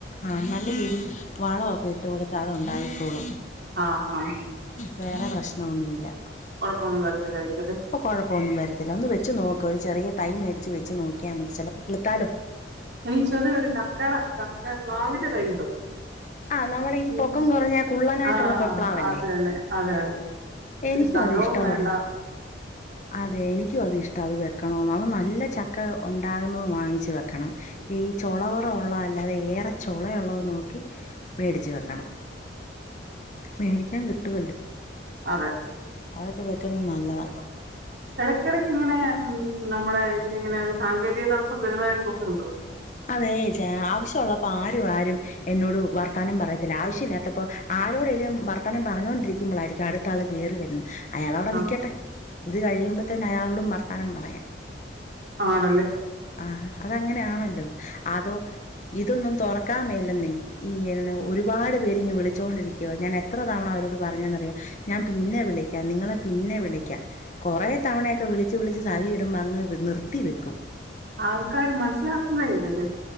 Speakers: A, on the left; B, on the right.
A: ആഹ് നല്ല രീതിയിൽ വളമൊക്കെ ഇട്ട് കൊടുത്ത അത് ഉണ്ടായിക്കോളും.
B: ആഹ് ആഹ്
A: വേറെ പ്രശ്നമൊന്നുല്ല.
B: കൊഴപ്പൊന്നും വരത്തില്ലായിരിക്കല്ലേ
A: അപ്പോ കൊഴപ്പൊന്നും വരത്തില്ല ഒന്ന് വെച്ച് നോക്ക് ഒരു ചെറിയ തൈ മേടിച്ച് വെച്ച് നോക്കിയാൽ മതി ചെലപ്പൾ കിളിത്താലോ
B: ഈ ചെറിയൊരു ചക്കടെ ചക്ക പ്ലാവിന്റെ തൈ കിട്ടും.
A: ആ നമ്മുടെ ഈ
B: ഉം
A: പൊക്കം കുറഞ്ഞ കുള്ളനായിട്ടുള്ള
B: ആഹ്
A: പ്ലാവല്ലേ
B: അതന്നെ അതെ അതെ ഒത്തിരി
A: എനിക്കും
B: സ്ഥലവും
A: അത് ഇഷ്ടമായിരുന്നു
B: വേണ്ട
A: അതെ എനിക്കും അതിഷ്ട അത് വെക്കണന്ന് അത് നല്ല ചക്ക ഉണ്ടാകുന്നത് വാങ്ങിച്ച് വെക്കണം. ഈ ചൊള കൊറവൊള്ള അല്ലാതെ ഏറെ ചൊളയുള്ളത് നോക്കി മേടിച്ചു വെക്കണം മേടിക്കാൻ കിട്ടുമല്ലോ
B: അതെ
A: അതൊക്കെ വെക്കുന്നത് നല്ലതാ
B: ഇിടയ്ക്കിടയ്ക്ക് ഇങ്ങനെ ഉം നമ്മുടെ ഇതില ഇങ്ങനെ ഒരു സാങ്കേതിക തടസ്സം വരുന്നതായിട്ട് പോകുന്നുണ്ടോ
A: അതേ ചാ ആവശ്യമുള്ളപ്പോ ആരും ആരും എന്നോട് വർത്തനം പറയത്തില്ല ആവശ്യമില്ലാത്തപ്പോൾ ആരോടെങ്കലും വർത്തനം പറഞ്ഞുകോണ്ടിരിക്കുമ്പോളായിരിക്കും അടു മത്ത ആൾ ക കേറി വരുന്നത് അയാളവിടെ
B: ആ
A: നിൽക്കട്ടെ ഇത് കഴിയുമ്പത്തന്നെ അയാളോടും വർത്തനം പറയാം
B: ആണല്ലേ
A: ആഹ് അതങ്ങനെയാണല്ലോ അതോ ഇതൊന്നും തുറക്കാ മേലെന്നേ ഈ ഒരുപാട് പേര് ഇങ് വിളിച്ചോണ്ടിരിക്കുകുവോ ഞാൻ എത്ര തവണ അവരോട് പറഞ്ഞതെന്നറിയാം ഞാൻ പിന്നെ വിളിക്കാം നിങ്ങളെ പിന്നെ വിളിക്കാം കുറെ തവണയൊക്കെ വിളിച്ച് വിളിച്ച് സഹി കെടുമ്പോ അങ്ങ് നിർത്തി വെക്കും
B: ആൾക്കാര് മനസ്സലാക്കക്കുന്നേ ഇല്ലല്ലേ